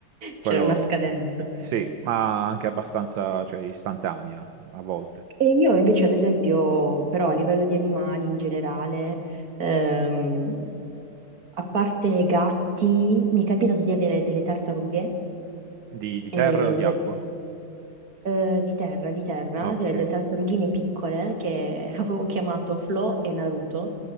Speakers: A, on the right; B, on the right.
A: Quello
B: C'era una scadenza.
A: sì, ma anche abbastanza, cioè, istantanea a volte.
B: E io invece, ad esempio, però a livello di animali in generale, ehm, a parte gatti, mi è capitato di avere delle tartarughe
A: Di, di terra
B: eh,
A: o di
B: de-
A: acqua?
B: eh, di terra, di terra,
A: Ah, Ok.
B: de- delle tartarughine piccole che <laughs> avevo chiamato Flo e Naruto,